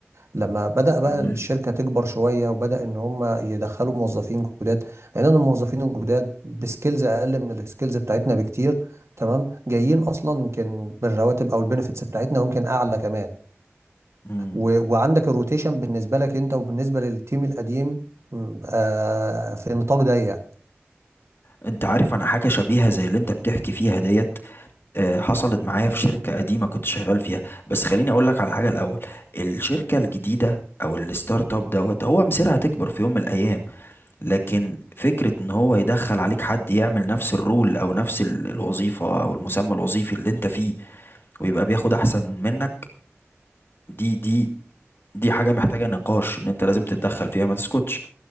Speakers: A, on the right; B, on the left.
A: لما بدأ بقى
B: تمام
A: الشركة تكبر شوية وبدأ إن هم يدخلوا موظفين جداد لأن أنا الموظفين الجداد بسكيلز أقل من السكيلز بتاعتنا بكتير تمام جايين أصلا يمكن بالرواتب أو البنفيتس بتاعتنا ويمكن أعلى كمان
B: مم.
A: و... وعندك الروتيشن بالنسبة لك أنت وبالنسبة للتيم القديم م، آه في نطاق ضيق
B: أنت عارف أنا حاجة شبيهة زي اللي أنت بتحكي فيها ديت آه، حصلت معايا في شركة قديمة كنت شغال فيها بس خليني أقول لك على حاجة الأول الشركة الجديدة أو الستارت اب دوت هو مصيرها تكبر في يوم من الأيام لكن فكرة ان هو يدخل عليك حد يعمل نفس الرول او نفس ال- الوظيفة او المسمى الوظيفي اللي انت فيه ويبقى بياخد احسن منك دي دي دي حاجة محتاجة نقاش ان انت لازم تتدخل فيها ما تسكتش